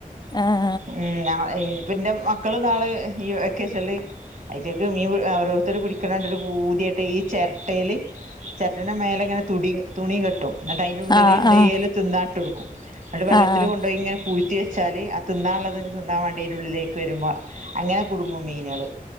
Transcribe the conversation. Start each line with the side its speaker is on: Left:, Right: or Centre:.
Left: ആഹ്
Right: ഉം ഞാ പിന്റെ മക്കള് ന്നാള് ഈ വെക്കേഷൻല് ഐറ്റക് മീ ഓരോര്ത്തര് പിടിക്കണണ്ട്ട്ട് പൂതിയായ്ട്ടെ ഈ ചെരട്ടെല് ചെര്ട്ടന്റെ മേലെ ങ്ങനെ തുടി തുണി കെട്ടും ന്നട്ടയ്ന്റെ ഉള്ളില്
Left: ആഹ്
Right: ന്തേലു തിന്നാട്ടൊടുക്കും അന്നട്ട് വെള്ളത്തില്
Left: ആഹ് ആഹ്
Right: കൊണ്ടോയി ഇങ്ങനെ പൂയ്ത്തി ച്ചാല് ആ തിന്നാള്ളത് തിന്നാ വെണ്ടിഅയ്‌ന്റെ ള്ളിലേക്ക് വരുമ്പോ അങ്ങനെ കുട്ങ്ങും മീനള്